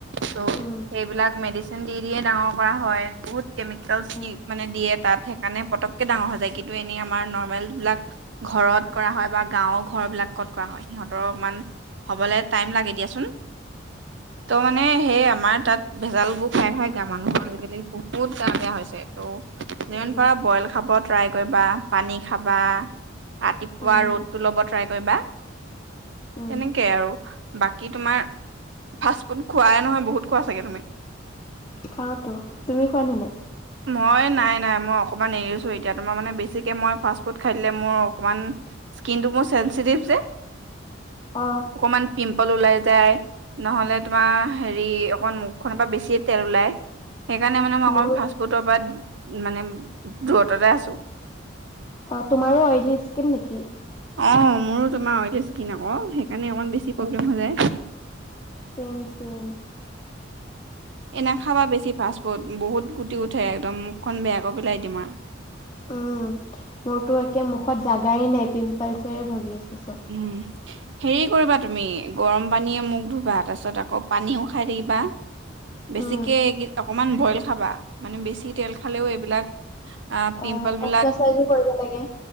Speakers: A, on the right (about 65°); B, on the left (about 20°).
A: ত
B: উম
A: সেইবিলাক মেডিচ দি দিয়ে ডাঙৰ কৰা হয়। বহুত কেমিকেলছ
B: উম
A: কি দিয়ে তাত সেইকাৰণে পতককে ডাঙৰ হয় জকটো এনেই আমাৰ নৰ্মেল বিলাক ঘৰত কৰা হয় বা গাঁৱৰ ঘৰ বিলাকত কৰা হয়। সিহঁতৰ অকমান হ'বলৈ টাইম লাগে দিয়াচোন তো মানে সেই আমাৰ তাত ভেজাল বোৰ খাই খাই গা মানুহৰ আজিকালি বহুত গাৱ বেয়া হৈছে। তঃ যিমান
B: উম
A: পাৰা বইল খাবত ট্ৰাই কৰিবা পানী খাবা ৰাতিপুৱা
B: উম
A: ৰ'দটো ল'ব ট্ৰাই কৈ বা।
B: উম
A: এনেকেই আৰু। বাকী তোমাৰ ফাষ্ট ফুড খোৱাই নহয় বহুত খোৱা চাগৈ তুমি?
B: খাওতো, তুমি খুৱাই নে নাই?
A: মই নাই-নাই মই অকণমান এৰিছোঁ। এতিয়া তোমাৰ মানে বেছিকে মই ফাষ্ট ফুড খাই দিলে মোৰ অকণমান স্কিনটো মোৰ চেঞ্চিটিভ যে
B: অ
A: অকমান পিম্প পল ওলাই যায়, নহলে তোমাৰ হেৰি অকণ মুখখনৰ পৰা বেছিয়ে তেল ওলায়। সেইকাৰণে মানেই
B: মোৰ
A: অ ফাষ্ট <unintelligible> মানে দূৰততে আছো।
B: অ তোমাৰো অইলী স্কিন নেকি?
A: অ মোৰ তোমাৰ অইলী স্কিন আক সেইকাৰণে অমমান বেছি প্ৰব্লেম হৈ যায়।
B: ছেম-ছেম
A: এনে খাবা বেছি ফাষ্ট ফুড বহুত গুটি উঠে একদম মুখখন বেয়াকৈ পেলাই দিম আৰু
B: উম মোৰতো একে মুখত জাগাই নাই পিম্পলছেৰে ভৰি আছে। চব।
A: উম হেৰি কৰিবা তুমি গৰম পানীয়ে মোক ধুবা তাৰপিছত আকৌ পানী উ খাই থাকিবা।
B: উম,
A: বেছিকে অকমান বইল খাবা মানে বে তেল খালেও এইবিলাক আহ পিম্পল
B: অ
A: বিলাক
B: অপ্না চাইজো কৰিব লাগে